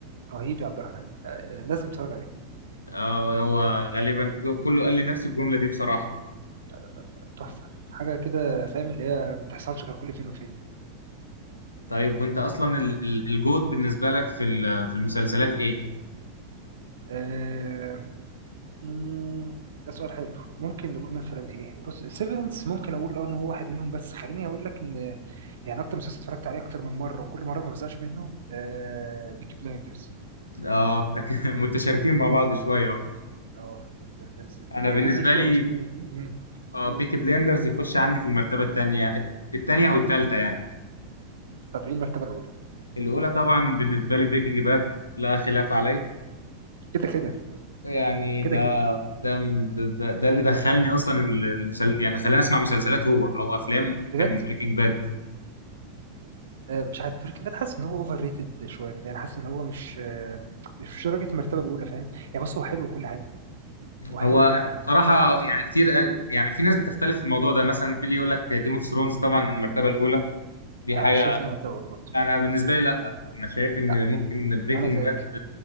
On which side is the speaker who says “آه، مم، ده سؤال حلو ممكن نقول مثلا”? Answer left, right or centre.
Right